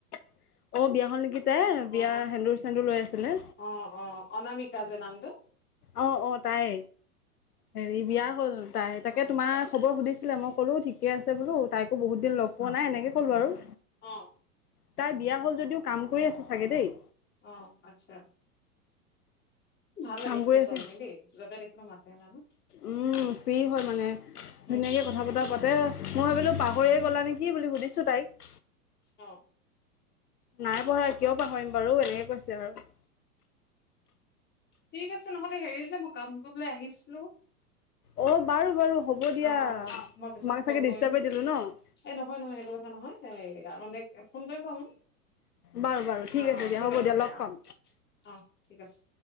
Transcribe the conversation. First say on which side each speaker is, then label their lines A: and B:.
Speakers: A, on the left; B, on the left.
A: <unintelligible> অ বিয়া হল নেকি তাই,
B: অ
A: বিয়াৰ
B: অ অ
A: সেন্দুৰ চেন্দুৰ লৈ আছিলে।
B: অ অ অনামিকা যে নামটো
A: অঁ অঁ, তাই
B: অ
A: হেৰি বিয়া হ'ল তাই, তাকে
B: অ
A: তোমাৰ খবৰ সুধিছিলে মই ক'লো ঠিকে আছে বোলো তাইকো বহুত দিন লগ পোৱা নাই এনেকে ক'লো আৰু।
B: অঁ
A: তাই দিয়া হ'ল যদিও কাম কৰি আছে চাগে দেই!
B: অ', আচ্ছা। ভাল লাগে
A: কাম
B: ছোৱালী
A: কৰি আছে
B: জনীক দেই য'তে দেখিলো মাতে মানে।
A: উম, ফ্ৰী হয় মানে, ধুনীয়াকে
B: উম
A: কথা কথা-বতৰা পাতে মই ভাবিলো পাহৰিয়ে গ'লা নেকি বুলি সুধিছোঁ তাইক।
B: অ'।
A: নাই পাহৰা কিয় পাহৰিম বাৰু এনেকে কৈছে আৰু।
B: ঠিক আছে নহ'লে হেৰি যে মই কামটো লৈ আহিছিলোঁ।
A: অ', বাৰু বাৰু হ'ব দিয়া,
B: অ অ অ মই পিছত
A: তোমাক
B: কল
A: চাগে
B: কৰিম
A: ডিষ্টাৰবেই দিলো ন'?
B: এই নহয় নহয় সেইটো কথা নহয়, এই এনে ফোন কৰিম বাৰু মই।
A: বাৰু বাৰু
B: অ', অ',
A: দিয়া
B: ঠিক
A: হ'ব
B: আছে
A: দিয়া
B: দে
A: লগ পাম
B: অ', অ', ঠিক আছে।